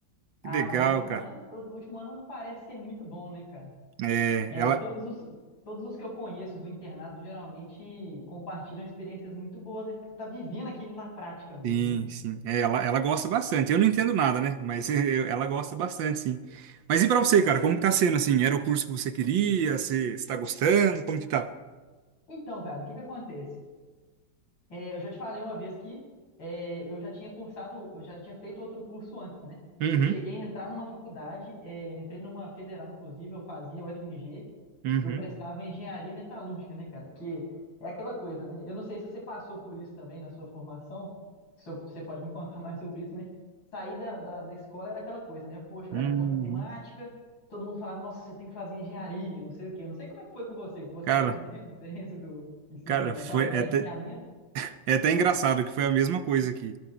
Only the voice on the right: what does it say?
Que legal,
cara.
É,
ela,
Sim,
sim. É, ela, ela gosta bastante. Eu não entendo nada, né? Mas <laughs> eu- ela gosta bastante, sim. Mas e pra você, cara? Como que tá sendo, assim? Era o curso que você queria? Você está gostando? Como que tá?
Uhum,
uhum,
uhum.
Cara,
cara,
foi
é até,
é até engraçado que foi a mesma coisa aqui.